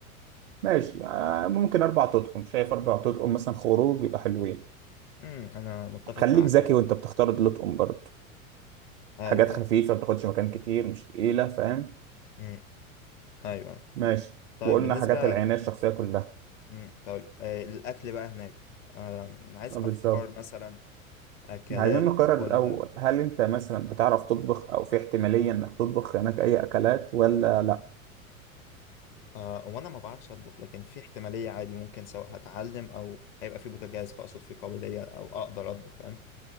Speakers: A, on the right (about 60°); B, on the left (about 35°).
A: ماشي آه، ممكن اربع تطقم شايف اربع تطقم مثلا خروج يبقى حلوين
B: امم انا متفق
A: خليك
B: معاك
A: ذكي
B: ايوه
A: وانت بتختار الاطقم برضه
B: ايوه
A: حاجات خفيفه
B: ايوه
A: ما بتاخدش مكان كتير مش تقيله فاهم
B: امم ايوه ايوه
A: ماشي
B: طيب
A: وقلنا
B: بالنسبة
A: حاجات العنايه الشخصيه كلها
B: امم طيب آه الاكل بقى هناك آه عايز
A: آه،
B: افكار
A: بالظبط
B: مثلا اكلات
A: إحنا عايزين نقرر
B: اكلها
A: الاول هل انت مثلا بتعرف تطبخ او في احتماليه انك تطبخ هناك اي اكلات ولا
B: آه وانا ما بعرفش اطبخ لكن في احتمالية عادي ممكن سواء هتعلم او هيبقى في بوتاجاز فاقصد في قابلية او اقدر اطبخ فاهم